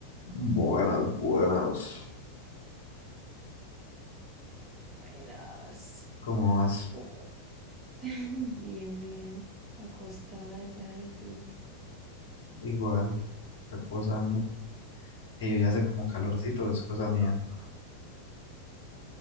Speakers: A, on the left (about 60°); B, on the right (about 20°).
A: Buenas, buenas.
B: Buenas.
A: ¿Cómo vas?
B: ¿Cómo? <laughs> Bien, bien. Acostada ya y tú.
A: Igual, reposando. Y yo ya hace como calorcito,
B: Sí,
A: es cosa
B: Entonces,
A: mía.